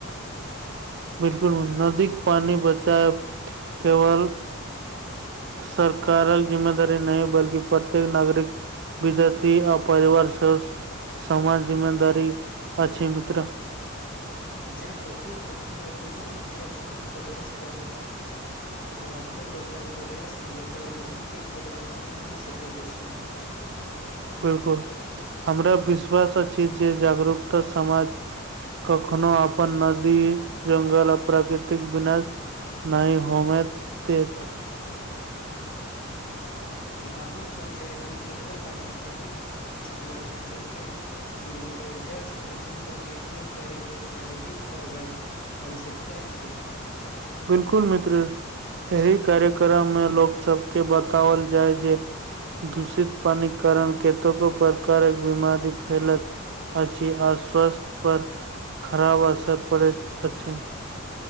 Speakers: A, on the right; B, on the left.
A: बिल्कुल नदी के पानी बचायब केवल सरकारक जिम्मेदारी नहि, बल्कि प्रत्येक नागरिक। विद्यार्थी आ परिवार सेहो समान जिम्मेदारी अछि, मित्र।
B: जँ प्रत्येक व्यक्ति प्रतिदिन एकटा छोट प्रयास करत। लाखो लोक प्रयास मिललिक बहुत पैघ परिवर्तन आनि सकैत अछि।
A: बिल्कुल, हमरा विश्वास अछि जे जागरूकता समाज कखनो अपन नदी, जंगल आ प्राकृतिक विनाश नहि होमे देत
B: गामक पञ्चायत, विद्यालय आ सामाजिक संगठनसभके मिलिके जल संरक्षण पर नियमित कार्यक्रम आयोजित करबाक। आवश्यकता अछि
A: बिल्कुल मित्र, एहि कार्यक्रममे लोकसभके बताओल जाय। जे दूषित पानिक कारण केतको प्रकारक बीमारी फैलत। अछि आ स्वास्थ्य पर खराब असर पड़ैत अछि।